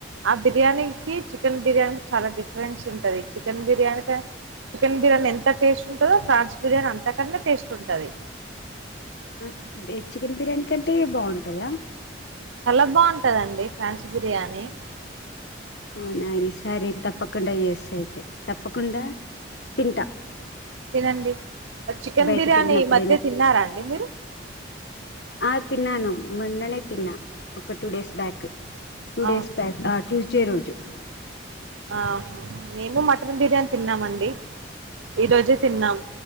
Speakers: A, on the right (about 85°); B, on the left (about 60°).
A: ఆ బిర్యానీకి చికెన్ బిర్యానీ చాలా డిఫరెన్స్ ఉంటది చికెన్ బిర్యానీక చికెన్ బిర్యానీ ఎంత టేస్ట్ <unintelligible> ఫ్రాంచ్ బిర్యానీ అంతకన్న టేస్ట్ ఉంటది
B: <unintelligible> చికెన్ బిర్యానీ కంటే బాగుంటదా
A: చాలా బాగుంటదండి ఫ్రాన్స్ బిర్యానీ
B: అవునా ఈసారి తప్పకుండా చేస్త అయితే తప్పకుండా తింటా
A: తినండి అ చికెన్
B: బయటికి
A: బిర్యానీ
B: వెళ్ళినప్పుడైనా
A: ఈ మధ్య తిన్నారా అం ఎ మీరు
B: ఆ తిన్నాను మొన్ననే తిన్నా ఒక్క టూ డేస్ బ్యాక్ టూ
A: అవును
B: డేస్ బ్యాక్ ఆ టూస్ చే రోజు
A: ఆహ మేము మటన్ బిర్యానీ తిన్నామండి ఈ రోజే తిన్నాం